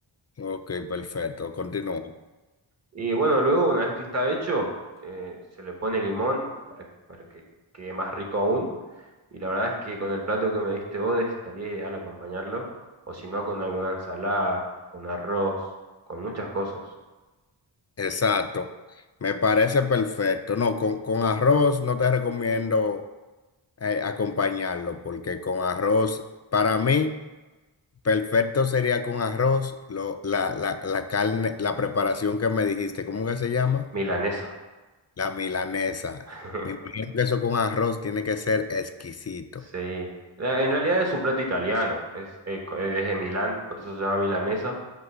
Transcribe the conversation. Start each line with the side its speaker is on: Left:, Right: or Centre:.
Left: ok, perfecto. Continúa.
Right: Y bueno, luego una vez que está hecho, eh, se le pone limón para, para que quede más rico aún. Y la verdad es que con el plato que me diste vos estaría ideal acompañarlo, o si no, con alguna ensalada, con arroz, con muchas cosas.
Left: Exacto, me parece perfecto. No, con, con arroz no te recomiendo eh, acompañarlo porque con arroz, para mí, perfecto sería con arroz lo, la, la, la carne, la preparación que me dijiste, ¿cómo que se llama?
Right: Milanesa.
Left: La milanesa.
Right: <laughs>
Left: Me imagino que eso con arroz tiene que ser exquisito.
Right: Sí. La- En realidad es un plato italiano, es, eh, co- es de Milán, por eso se llama milanesa.